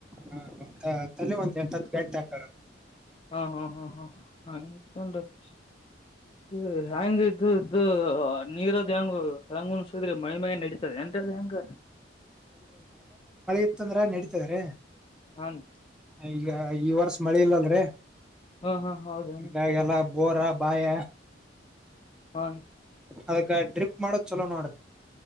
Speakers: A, in the centre; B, on the left.
A: ಹಾ ಒ ತಲೆ ಒಂದ್ ಎಂಟ ಹತ್ತು ಗಂಟೆ ಹಕರ
B: ಹಾ ಹಾ ಹಾ ಹಾ ಹಾಗ ಚ ಹೆ್ಯಾಂಗ ಇದು ಇದು ನೀರದ್ ಹೆ್ಯಾಂಗ ಹೆ್ಯಾಂಗ್ ಉನ್ಸಿದ್ರೆ ಮಳ ಮಾಗ ನಡೀತದೆ ಂಡ ದಂಗ
A: <unintelligible> ತಂದ್ರ ನಡೀತದೆರಿ.
B: ಹನ್
A: ಈಗ ಈ ವರ್ಷ ಮಳೆ ಇಲ್ಲಲರಿ.
B: ಹಾ ಹಾ ಹೌದನ್
A: <unintelligible> ಹಂಗಾಗಲ್ಲ ಬೋರ ಬಾಯ
B: ಹಾ
A: ಅದಕ್ಕ ಟ್ರಿಪ್ ಮಾಡೋದ್ ಚಲೋ ನೋಡ್ರಿ.